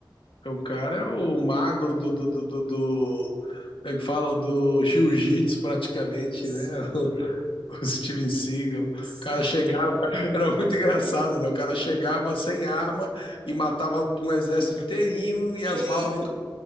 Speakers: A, on the left (about 85°); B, on the right (about 85°).
A: É O cara é o mago do, do, do, do, do- como é que fala? Do jiu-jitsu praticamente, né?
B: Sim,
A: <laughs> O Steven Seagal. O
B: sim.
A: cara chegava, era muito engraçado, né? O cara chegava sem arma e matava um exército inteirinho e
B: É,
A: as balas nunca.